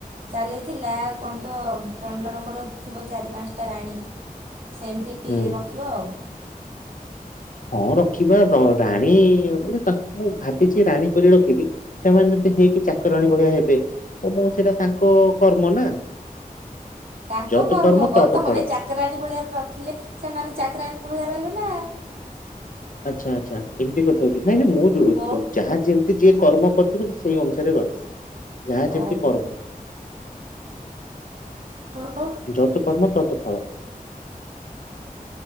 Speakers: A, on the right; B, on the left.
A: ଚାଲିଥିଲା କହଣ ତ ଜଣ ଜଣ କର ଥିବ ଚାରି ପାଞ୍ଚଟା ରାଣୀ ସେମିତି
B: ହୁଁ
A: ରଖିବ ଆଉ
B: ହଁ ରଖିବା ରାଣୀ ମାନେ ତାଙ୍କୁ ମୁଁ ଭାବିଛି ରାଣୀ କରି ରଖିବି ସେମାନେ ଯଦି ହେଇକି ଚାକର ଆଣୀ ଭଳିଆ ହେବେ ତ ମୁଁ ସେଇଟା ତାଙ୍କ କର୍ମ ନା
A: ତାଙ୍କ
B: ଯତ୍
A: କର୍ମ କଣ
B: ତତ୍
A: ତମେ
B: ଫଳ।
A: ଚାକରାଣୀ ଭଳିଆ ରଖିଲେ ସେମାନେ ଚାକରାଣି ଭଳିଆ ରହିବେ ନା।
B: ଆଛା ଆଚ୍ଛା ଏମିତି କଥା କି ନାହିଁ ହେ ନାଇଁ <unintelligible> ନାଇଁ ମୁଁ
A: ଓ
B: ଯାହା ଯେମତି ଯେ କର୍ମ କରୁଥିବ ସେ ସେଇ ଅନୁସାରେ ରହିବ ଯାହା ଯେମିତି
A: ଓହୋ।
B: କର୍ମ
A: ହଁ।
B: ଯତ କର୍ମ, ତତ ଫଳ।